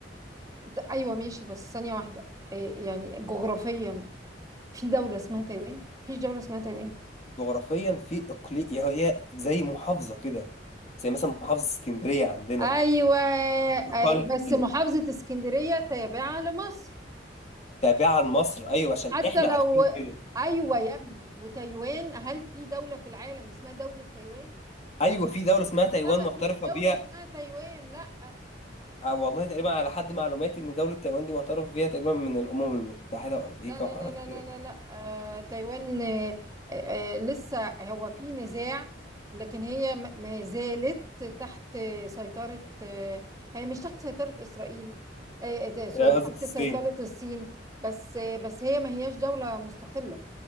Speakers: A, on the right; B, on the left.
A: ت- ايوه ماشي بس ثانيه واحده آه، يعني جغرافيا في دوله اسمها تايوان في دوله اسمها تايوان
B: جغرافيا في اقليم هي هي زي محافظه كده زي مثلا محافظه اسكندريه عندنا
A: ايوه
B: تقلد
A: ايوه بس محافظه اسكندريه تابعه لمصر
B: تابعه لمصر ايوه عشان
A: حتى
B: احنا
A: لو
B: عارفين كده
A: ايوه يا ابني وتايوان هل في دولة في العالم اسمها دولة تايوان؟
B: ايوه في دوله اسمها تايوان
A: لا ما
B: معترفه
A: فيش دولة
B: بيها
A: اسمها تايوان لا
B: آه والله تقريبا على حد معلوماتي ان دوله تايوان دي معترف بيها تقريبا من الامم المتحده وامريكا
A: لا لا
B: وحوارات
A: لا لا
B: كتير
A: لا لا, لا. آه تايوان آه آه لسه هو في نزاع لكن هي ما ما زالت تحت سيطرة آه هي مش تحت سيطرة إسرائيل آه آه، سوري
B: آه، قصدك
A: تحت
B: الصين
A: سيطرة الصين بس آه بس هي ما هياش دولة مستقلة